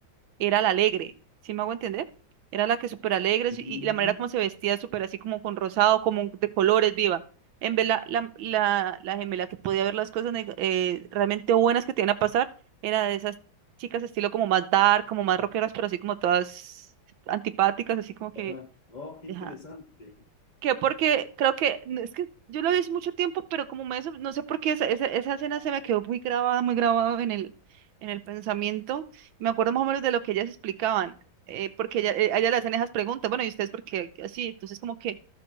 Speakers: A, on the right; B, on the left.
A: era la alegre, ¿sí me hago entender? Era la que súper alegre
B: Mm,
A: sí, y la manera como se vestía súper así como con rosado, como de colores viva. En vez la, la, la, la gemela que podía ver las cosas neg- eh, realmente buenas que te iban a pasar, era de esas chicas estilo como más dark, como más rockeras, pero así como todas antipáticas, así como que,
B: Ajá. Oh, qué interesante.
A: ajá, que porque creo que, no, es que yo lo vi hace mucho tiempo, pero como me, des- no sé por qué esa, esa, esa escena se me quedó muy grabada, muy grabada en el, en el pensamiento. Me acuerdo más o menos de lo que ellas explicaban, eh, porque ella, eh, a ella le hacen esas preguntas, bueno, ¿y ustedes por qué así? Entonces como que